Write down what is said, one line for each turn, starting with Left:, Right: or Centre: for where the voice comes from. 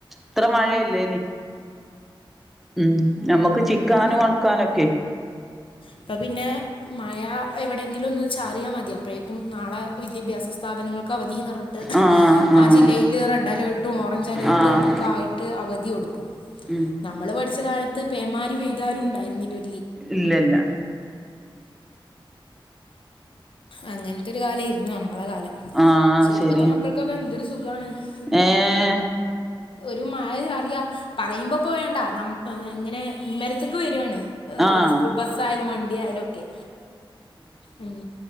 Centre: ഇത്ര മഴ ഇല്ലേനി ഉം നമ്മക്ക് ചിക്കാനും
Left: അപ്പൊ
Centre: ഒണക്കാനു ഒക്കെ
Left: ഇപ്പ പിന്നെ മഴ എവിടെയങ്കിലും ഒന്ന് ചാറിയാ മതി അപ്പഴേക്കും നാളെ വിദ്യാഭ്യാസ സ്ഥാപനങ്ങൾ ക്കവധിന്ന് പർഞ്ഞിട്ട്
Centre: ആഹ്
Left: ആ
Centre: ആഹ്
Left: ജില്ലയിൽ റെഡ് അലേർട്ടും ഓറഞ്ച് അലേർട്ടും
Centre: ആഹ്
Left: ഒ ക്കായിട്ട് അവധി കൊടുക്കും
Centre: ഉം
Left: നമ്മള് പഠിച്ച കാലത്ത് പേമാരി പെഴ്താലും ഉണ്ടായിരുന്നില്ലൊ
Centre: ഇല്ല ഇല്ല
Left: അങ്ങൻത്തെ ഒരു കാലേരുന്നു നമ്മളെ കാലം.
Centre: ആഹ്
Left: ക്ഷേ
Centre: ശെരിയാ
Left: ഇപ്പത്തെ മക്കൾക്കൊക്കെന്തൊരു സുഖാണ് ഉം
Centre: ഏഹ്
Left: ഒരു മഴ ചാറിയാ പറയുമ്പോ പ്പോ വേണ്ട നമ് ഇങ്ങനെ ഇമ്മരത്ത്ക്ക് വരാണ് ഏഹ്
Centre: ആഹ്
Left: സ്കൂൾ ബസ്സ് ആയാലും വണ്ടി ആയാലും ഒക്കെ. ഉം